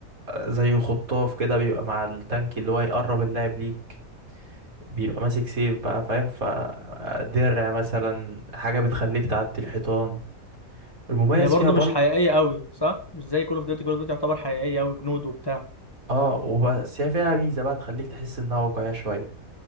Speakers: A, on the right; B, on the left.
A: آه، زي خطاف كده بيبقى مع التانك اللي هو يقرب اللاعب ليك بيبقى ماسك سيف بقى فاهم فدرع مثلا حاجة بتخليك تعدي الحيطان المميز
B: هي برضه
A: فيها برضه
B: مش حقيقيه قوي صح مش زي كول اوف ديوتي كول اوف ديوتي يعتبر حقيقيه قوي جنود وبتاع
A: اه وبس هي فيها ميزة بقى تخليك تحس انها واقعية شوية